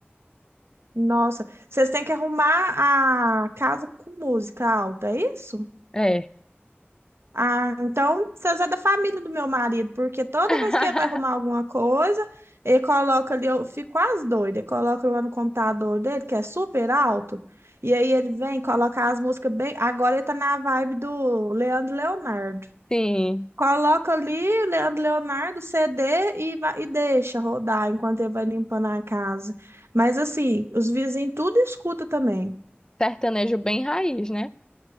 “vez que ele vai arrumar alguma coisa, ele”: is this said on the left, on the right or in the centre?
Right